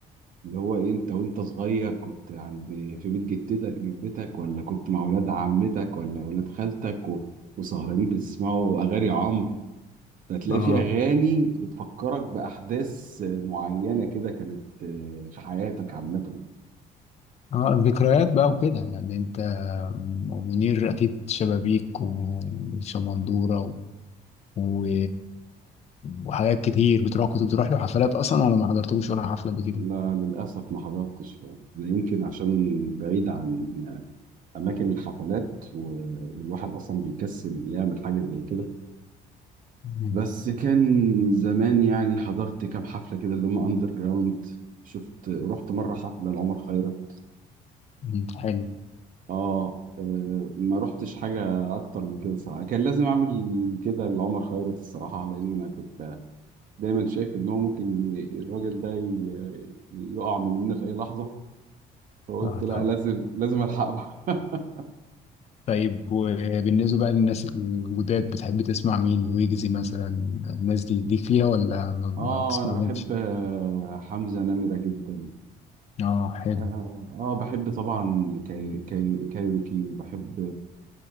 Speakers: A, on the right; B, on the left.
A: اللي هو إيه، انت وانت صغير كنت عند في بيت جدتك جدتك ولا كنت مع ولاد عمتك ولا ولاد خالتك و- وسهرانين بتسمعوا اغاني عمرو هتلاقي
B: اه
A: في اغاني بتفكرك باحداث معينه كده كانت آه، في حياتك عامه
B: اه الذكريات بقى وكده يعني انت م- منير اكيد شبابيك وشمندورة و... و... وحاجات كتير بتروح كنت بتروح له حفلات اصلا ولا ما حضرتلوش ولا حفلة قبل كده
A: لا للاسف ما حضرتش ده يمكن عشان بعيد عن اماكن الحفلات و- والواحد اصلا بيكسل يعمل حاجه زي كده
B: مم.
A: بس كان زمان يعني حضرت كام حفله كده اللي هم اندر جراوند شفت رحت مره حفله لعمر خيرت
B: مم. حلو
A: اه آه، ما رحتش حاجه اكتر من كده صراحه كان لازم اعمل كده لعمر خيرت الصراحه لان انا كنت دايما شايف ان هو ممكن ي- الراجل ده ي- ي- يقع مننا في اي لحظه فقلت
B: آه،
A: لا
B: طب.
A: لازم لازم الحقه <laughs>
B: طيب وبالنسبة بقى للناس الجداد بتحب تسمع مين ويجزي مثلا الناس دي ليك فيها ولا ما
A: اه
B: ما بتسمعهمش
A: انا بحب آه، حمزه نمره جدا
B: اه حلو
A: اه آه، بحب طبعا كاي كاي كايروكي وبحب